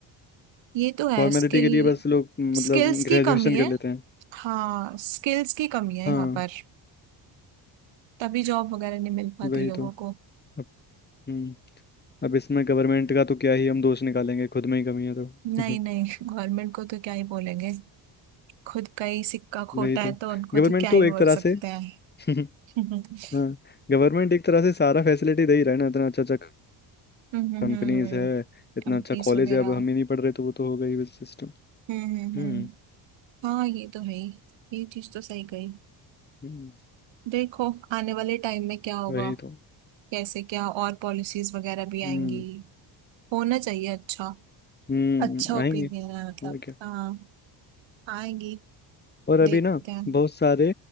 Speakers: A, on the right; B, on the left.
A: ये तो है
B: फॉर्मेलिटी
A: स्किल
B: के लिए बस लोग मतलब
A: स्किल्स की
B: ग्रेजुएशन
A: कमी
B: कर
A: है
B: लेते हैं
A: हाँ स्किल्स की कमी है
B: हाँ
A: यहाँ पर तभी जॉब वगैरह नहीं मिल पाती
B: वही
A: लोगों
B: तो
A: को
B: अब हम्म अब इसमें गवर्नमेंट का तो क्या ही हम दोष निकालेंगे खुद में ही कमी है तो
A: नहीं
B: <laughs>
A: नहीं गवर्नमेंट को तो क्या ही बोलेंगे खुद का ही सिक्का खोटा
B: वही तो
A: है तो उनको
B: गवर्नमेंट
A: तो क्या ही
B: तो एक
A: बोल
B: तरह
A: सकते
B: से
A: हैं
B: <laughs>
A: <laughs>
B: हाँ गवर्नमेंट एक तरह से सारा फैसिलिटी दे ही रहा है ना इतना अच्छा अच्छा
A: हम्म
B: कंपनीज है इतना
A: कंपनीज
B: अच्छा कॉलेज
A: वगैरह
B: है अब हम ही नहीं पढ़ रहे तो वो तो हो गई बस सिस्टम
A: हम्म हम्म
B: हम्म
A: हम्म। हाँ ये तो है ही ये चीज तो सही कही
B: हम्म,
A: देखो आने वाले टाइम में क्या होगा
B: वही तो
A: कैसे क्या और पॉलिसीज वगैरह भी आएंगी
B: हम्म
A: होना चाहिए अच्छा
B: हम्म
A: अच्छा ओपिनियन
B: आएंगे
A: है मतलब
B: और क्या
A: हाँ आएंगी
B: और अभी
A: देखते
B: ना
A: हैं
B: बहुत सारे